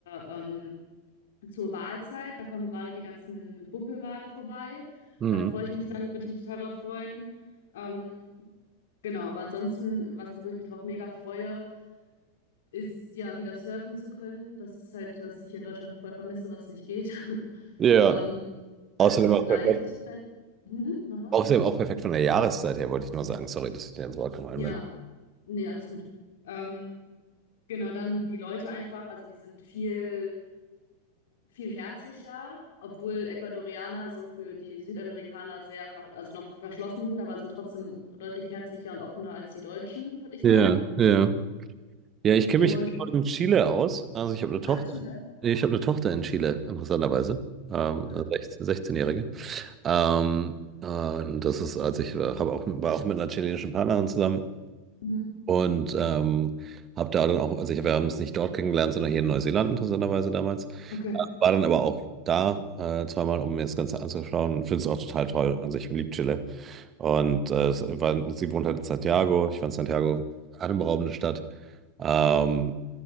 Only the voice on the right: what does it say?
Hm.
Ja.
Außerdem
auch
perfekt,
außerdem auch perfekt von der Jahreszeit her, wollte ich nur sagen. Sorry, dass ich dir ins Wort gefallen
bin.
Ja,
ja. Ja, ich kenne
mich in Chile aus. Also ich habe eine Tochter.
Ich habe eine Tochter in Chile, interessanterweise. Ähm,
eine 16 16-Jährige. Ähm, äh, und das ist, als ich äh, hab auch, war auch mit einer chilenischen Partnerin zusammen.
Und ähm, habe da dann auch, also ich, wir haben es nicht dort kennengelernt, sondern hier in Neuseeland interessanterweise damals. Äh,
war dann aber auch da äh, zweimal, um mir das Ganze anzuschauen und finde es auch total toll. Also ich liebe Chile. Und äh, es war, sie wohnt halt in Santiago. Ich fand Santiago atemberaubende Stadt. Ähm,